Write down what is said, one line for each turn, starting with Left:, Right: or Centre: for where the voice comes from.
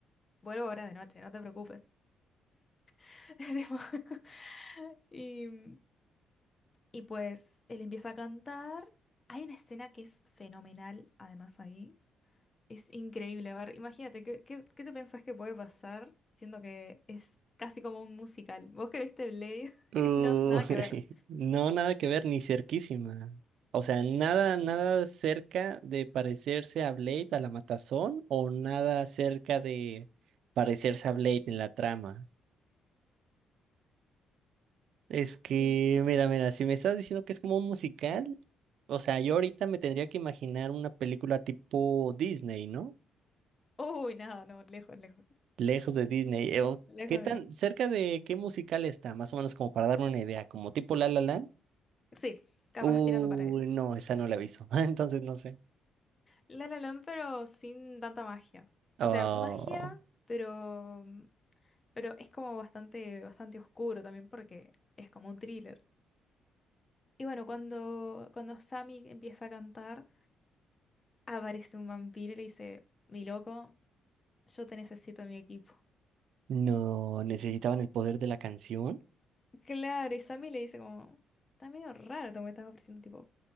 Left: Vuelvo ahora de noche, no te preocupes. <laughs> Tipo, <laughs> Y, mm, y pues él empieza a cantar. Hay una escena que es fenomenal, además ahí Es increíble, a ver, imagínate, ¿qué, qué, qué te pensás que puede pasar siendo que es casi como un musical? ¿Vos que viste Blade? <laughs>
Right: Uy,
Left: Y No, nada que ver.
Right: <laughs> no, nada que ver, ni cerquísima. O sea, nada, nada cerca de parecerse a Blade a la matazón o nada cerca de parecerse a Blade en la trama. Es que,
Left: Sí.
Right: mira, mira, si me estás diciendo que es como un musical, o sea, yo ahorita me tendría que imaginar una película tipo Disney, ¿no?
Left: Uy, nada, no, lejos, lejos.
Right: Lejos de Disney. Eh, o
Left: Lejos
Right: ¿Qué tan
Left: de ahí.
Right: cerca de qué musical está? Más o menos como para darme una idea, como tipo La La Land.
Left: Sí, capaz
Right: Uy,
Left: tirando para eso.
Right: no, esa no la aviso. <laughs> Entonces no sé.
Left: La La Land, pero sin tanta magia.
Right: Oh,
Left: O sea, magia, pero, pero es como bastante, bastante oscuro también porque es como un thriller. Y bueno, cuando, cuando Sammy empieza a cantar, aparece un vampiro y le dice, mi loco. yo te necesito en mi equipo.
Right: no, necesitaban el poder de la canción.
Left: Claro, y Sammy le dice como, está medio raro todo lo que estás ofreciendo, tipo,